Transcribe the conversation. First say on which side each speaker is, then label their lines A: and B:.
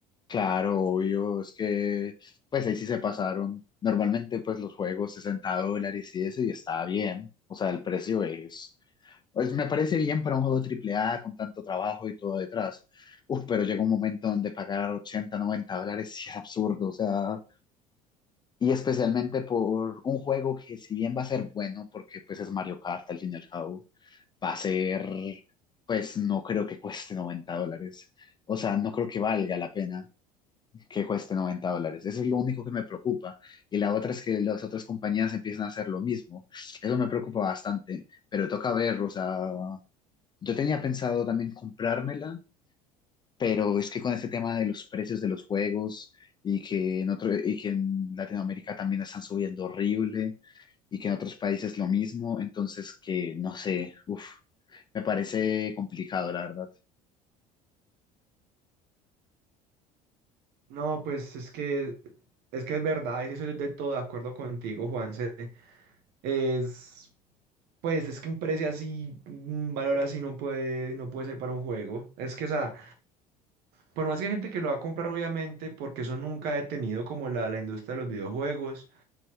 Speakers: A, on the left (about 20°); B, on the right (about 55°).
A: Claro, obvio, es que pues ahí sí se pasaron. Normalmente pues los juegos 60 dólares y eso y está bien. O sea, el precio es, pues me parece bien para un juego triple A con tanto trabajo y todo detrás. Uf, pero llega un momento donde pagar 80, 90 dólares sí es absurdo, o sea, y especialmente por un juego que si bien va a ser bueno, porque pues es Mario Kart al fin y al cabo, va a ser, pues no creo que cueste 90 dólares. O sea, no creo que valga la pena que cueste 90 dólares. Eso es lo único que me preocupa. Y la otra es que las otras compañías empiezan a hacer lo mismo. Eso me preocupa bastante, pero toca ver, o sea, yo tenía pensado también comprármela, pero es que con este tema de los precios de los juegos y que en otro, y que en Latinoamérica también están subiendo horrible y que en otros países lo mismo, entonces que no sé, uff, me parece complicado, la verdad.
B: No, pues es que es que es verdad, eso estoy de todo de acuerdo contigo, Juanse. Es pues es que un precio así, un valor así no puede no puede ser para un juego. Es que o sea, por más que hay gente que lo va a comprar obviamente, porque eso nunca ha detenido como la, la industria de los videojuegos,